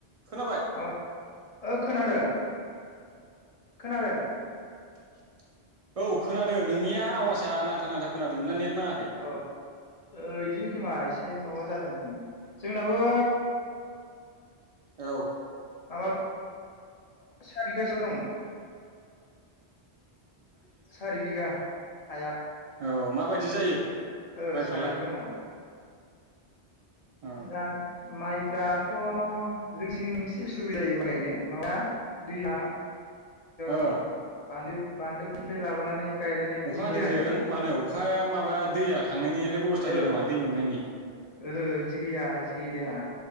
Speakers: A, on the right; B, on the left.
A: खोनाबाय
B: अ ओ खोनादों खोनादों
A: <inaudible> औ खोनादों नोंनिया आवाज दा नांथा-नांथा खोनादों नोंना नेट नाङाखै
B: औ ओह इदिनो खोमा एसे माबा जाद उम-उम जोंनाबो
A: औ
B: माबाल' सार बिगासो दं सारि बिघा हाया
A: औ माबायदि जायो?
B: ओह
A: माइफ्रालाय
B: सारि बिघा माव
A: ओ
B: <unintelligible> माइफ्राथ' जोंथिं एसे उसुबिदा जायो माइ गायनो माबाया दैया
A: ओ
B: <unintelligible> बान्दोनिफाय लाबोनानै गायलायनाय बिदि
A: अखा
B: गैया
A: दैजों
B: आरो
A: मानो अखाया माबाया दैया थांनायनिलाय बेबस्था
B: ओ
A: गैया नामा दै मोननायनि
B: ओहो बिदि गैया इदि गैलाया